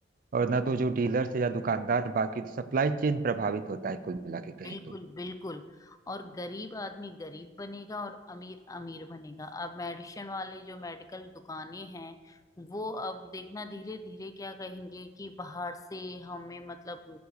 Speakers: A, on the right; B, on the left.
A: और ना तो जो डीलर्स या दुकानदार बाकी सप्लाई चेन प्रभावित होता है कुल मिला के कहें
B: बिल्कुल
A: तो
B: बिल्कुल और गरीब आदमी गरीब बनेगा और अमीर अमीर बनेगा अब मेडिसिन वाले जो मेडिकल दुकानें हैं वो अब देखना धीरे धीरे क्या कहेंगे कि बाहर से हमें मतलब